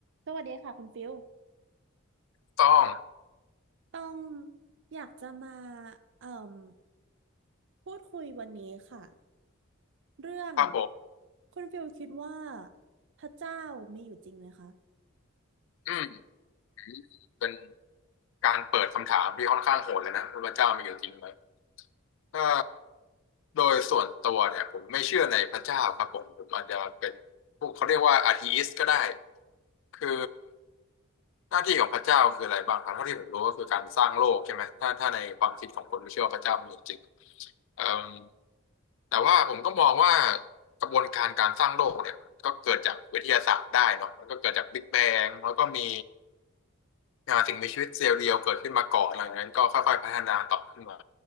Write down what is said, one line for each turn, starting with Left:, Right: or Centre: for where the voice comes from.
Right: สวัสดีค่ะคุณฟิล
Left: ต้อง
Right: ต้องอยากจะมาเอ่มพูดคุยวันนี้ค่ะเรื่อง
Left: ครับผม
Right: คุณฟิลคิดว่าพระเจ้ามีอยู่จริงไหมคะ
Left: อืมเป็นการเปิดคำถามที่ค่อนข้างโหดเลยนะว่าพระเจ้ามีอยู่จริงไหมถ้าโดยส่วนตัวเนี่ยผมไม่เชื่อในพระเจ้าครับผมผมอาจจะเป็นพวกเขาเรียกว่าอาธีอิสก็ได้คือหน้าที่ของพระเจ้าคืออะไรบ้างครับเท่าที่ผมรู้ก็คือการสร้างโลกใช่ไหมถ้าถ้าในความคิดของคนที่เชื่อว่าพระเจ้ามีอยู่จริงเอ่มแต่ว่าผมก็มองว่ากระบวนการการสร้างโลกเนี่ยก็เกิดจากวิทยาศาสตร์ได้เนาะมันก็เกิดจากบิ๊กแบงแล้วก็มี อ่าสิ่งมีชีวิตเซลล์เดียวเกิดขึ้นมาก่อนหลังจากนั้นก็ค่อยๆพัฒนาต่อขึ้นมา